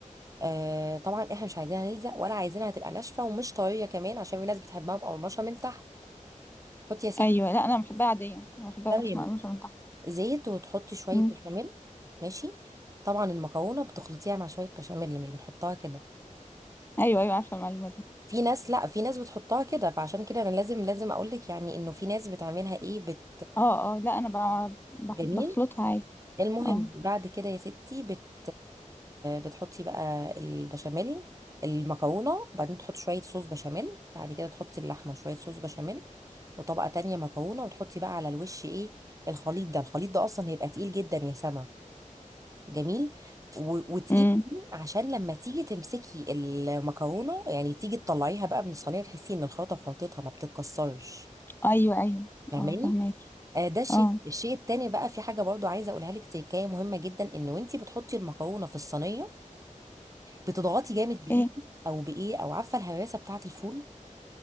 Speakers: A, on the right; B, on the left.
A: آه طبعا احنا مش عايزينها نلزق ولا عايزينها تبقى ناشفه ومش طريه كمان عشان في ناس بتحبها مقرمشه من تحت حطي يا ستي
B: ايوه لا انا بحبها عاديه ما بحبهاش
A: تمام
B: مقرمشه من تحت
A: زيت وتحطي شوية
B: امم
A: بشاميل ماشي طبعا المكرونة بتخلطيها مع شوية بشاميل اللي مش بنحطها كده
B: ايوه ايوه عارفه المعلومه دي
A: في ناس لا في ناس بتحطها كده فعشان كده انا لازم لازم اقولك يعني انه في ناس بتعملها ايه بت
B: اه اه لا انا بع- بحط
A: جميل
B: بخلطها عادي
A: المهم
B: اه
A: بعد كده يا ستي بت بتحطي بقى البشاميل المكرونة وبعدين تحطي شوية صوص بشاميل بعد كده تحطي اللحمة شوية صوص بشاميل وطبقة تانية مكرونة وتحطي بقى على الوش ايه الخليط ده الخليط ده اصلا هيبقى تقيل جدا يا سما جميل و- وتقيل
B: امم
A: عشان لما تيجي تمسكي المكرونه يعني تيجي تطلعيها بقى من الصينيه تحسي ان الخلطه في خلطتها ما بتتكسرش
B: ايوه ايوه
A: فاهماني
B: اه فهماكي
A: آه ده شيء
B: اه
A: الشيء التاني بقى في حاجه برضو عايزه اقولها لك تكايه مهمه جدا ان وانتي بتحطي المكرونه في الصينيه بتضغطي جامد بايدي
B: ايه
A: او بايه او عارفه الهراسه بتاعه الفول